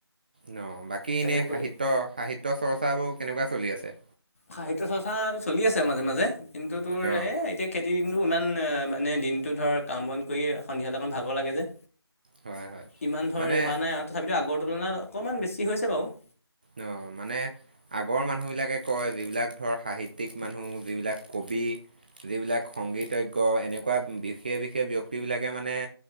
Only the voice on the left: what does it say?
তাকে
কৰি
সাহিত্যয় চৰ্চাটো চলি আছে মাজে মাজে কিন্তুো
এতিয়া খেতি দো ইমান মানে দিনতটো ধৰ কাম বন কৰি সন্ধিয়াল অকমান ভাগৰ লাগে যে
ইমান ধৰি
অহা নাই আৰু তথাপিতো আগৰ তুলনাত অকণমান বেছি হৈছে বাৰু